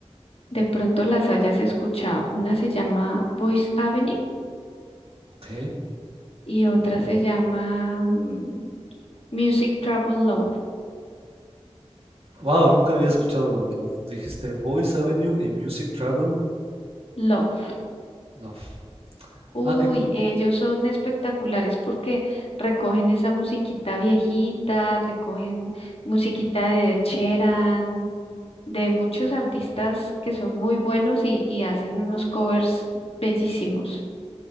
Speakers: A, on the left; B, on the right.
A: De pronto las hayas escuchado. Una se llama Voice Avenue
B: ok.
A: y otra se llama mm, Music Trouble Love.
B: Wow, nunca había escuchado la verdad. Dijiste Voice Avenue y Music Travel
A: Love.
B: Love.
A: Uy,
B: Ah, qué cool.
A: ellos son espectaculares porque recogen esa musiquita viejita, recogen musiquita de Ed Sheeran, de muchos artistas que son muy buenos y, y hacen unos covers bellísimos.